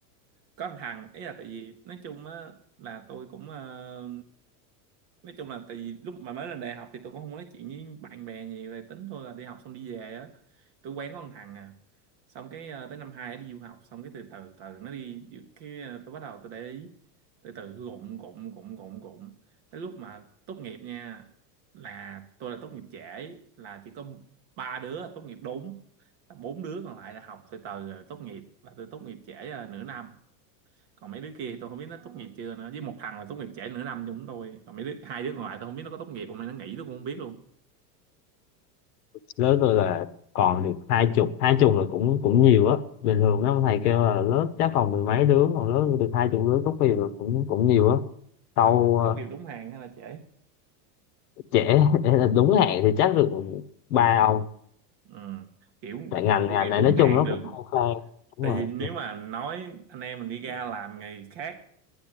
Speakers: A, on the right; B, on the left.
A: có thằng thằng ý là tại vì nói chung á là tôi cũng ờ, nói chung là tại vì lúc mà mới lên đại học thì tôi cũng không có nói chuyện với bạn bè nhiều về tính thôi là đi học xong đi về á tôi quen có con thằng à xong cái ờ, tới năm hai nó đi du học xong cái từ từ từ nó đi cái ờ, tôi bắt đầu tôi để ý từ từ gụng gụng gụng gụng gụng tới lúc mà tốt nghiệp nha là tôi là tốt nghiệp trễ là chỉ có ba đứa tốt nghiệp đúng là bốn đứa còn lại là học từ từ rồi tốt nghiệp là tôi tốt nghiệp trễ ờ, nửa năm còn mấy đứa kia tôi không biết nó tốt nghiệp chưa nữa với một thằng là tốt nghiệp trễ nửa năm chúng tôi còn mấy đứa hai đứa còn lại tôi không biết nó có tốt nghiệp không hay nó nghỉ tôi cũng không biết luôn
B: lớp tôi là còn được hai chục hai chục là cũng cũng nhiều á bình thường mấy ông thầy kêu là lớp chắc còn mười mấy đứa còn lớp tôi được hai chục đứa tốt nghiệp là cũng cũng nhiều á tâu
A: Năm là tốt
B: ờ,
A: nghiệp đúng hạn hay là trễ?
B: trễ <laughs> là đúng hạn thì chắc được ba ông
A: ừ. kiểu
B: tại ngành
A: tốt
B: ngành
A: nghiệp
B: này
A: đúng
B: nói
A: hạn
B: chung nó
A: được
B: cũng khô khan đúng
A: tại
B: rồi
A: vì nếu mà nói anh em mình đi ra làm nghề khác